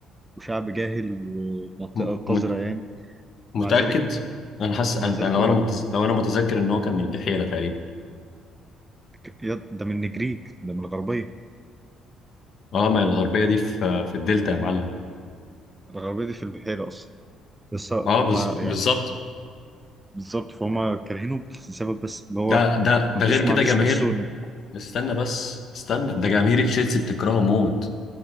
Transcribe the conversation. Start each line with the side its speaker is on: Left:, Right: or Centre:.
Right: وشعب جاهل ومنطقة
Left: م...
Right: قذرة
Left: مت...
Right: يعني
Left: متأكد
Right: مع ذلك
Left: انا حاسس انا
Right: مع ذلك
Left: أنا لو
Right: هو
Left: انا متز... لو انا متذكر ان هو كان من البحيرة تقريبا
Right: ك- يد- ده من النجريج ده من الغربية
Left: اه ما هي الغربية دي في في الدلتا يا معلم
Right: الغربية دي في البحيرة أصلا بس
Left: اه
Right: مع
Left: بز... بالظبط
Right: يعني بالظبط فهم كارهينه بسبب بس اللي هو
Left: ده
Right: ما
Left: ده ده
Right: عندوش
Left: غير كده
Right: ما عندوش
Left: جماهير
Right: بيرسونا
Left: استنى بس استنى ده جماهير تشيلسي بتكرهه موت